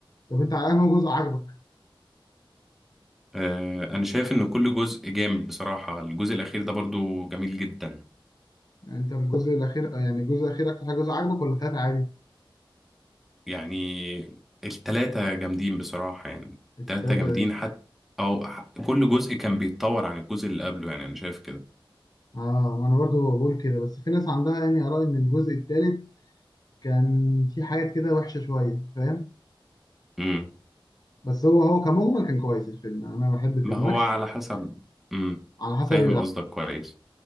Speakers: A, on the left (about 45°); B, in the centre.
A: طب انت على انه جزء عجبك
B: آه انا شايف ان كل جزء جامد بصراحة الجزء الاخير ده برضو جميل جدا
A: يعني انت الجزء الاخير يعني الجزء الاخير اكتر حاجه جزء عجبك ولا التلاته عادي
B: يعني التلاتة جامدين بصراحة يعني
A: التلاته
B: التلاتة جامدين حتى او ح- كل جزء كان بيتطور عن الجزء اللي قبله يعني انا شايف كده
A: اه ما انا برضه بقول كده بس في ناس عندها يعني اراء ان الجزء التالت كان في حاجات كده وحشه شويه فاهم
B: امم
A: بس هو هو كمجمل كان كويس الفيلم يعني انا بحب الفيلم
B: ما هو
A: ماكش
B: على حسب امم
A: على حسب
B: فاهم قصدك كويس